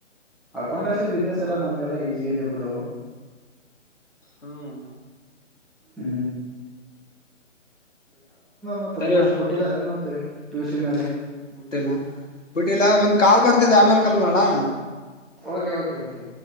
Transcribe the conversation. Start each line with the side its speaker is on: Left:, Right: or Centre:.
Centre: ಅಕೌಂಟೆನ್ಸಿ
Left: ಹ್ಮ
Centre: ಬಿಸ್ನೆಸ್
Left: ತುಂಬಾ
Centre: ಎಲ್ಲ ನಮಗೆಲ್ಲ ಈಸಿ ಇದೆ ಬಿಡು
Left: ಹ್ಮ್
Centre: ಹ್ಮ ಮತ್ತ
Left: ಸರಿ
Centre: ಪೋಸ್ಟ್ ಬಿಟ್ಟಿದಿದ್ದಾರೆನಿ ಇವತ್ತು ಪಿ ಯು ಸಿ ಮೇಲೆ
Left: ಬುಟ್ಟಿಲ್ಲ ಬುಟ್ಟಿಲ್ಲ ಒಂದ್ ಕಾಲ್ ಬರ್ತಿದೆ
Centre: ಸರಿ
Left: ಆಮೇಲ್ ಕಾಲ್ ಮಾಡ್ಲಾ
Centre: ಓಕೆ ಓಕೆ ಓಕೆ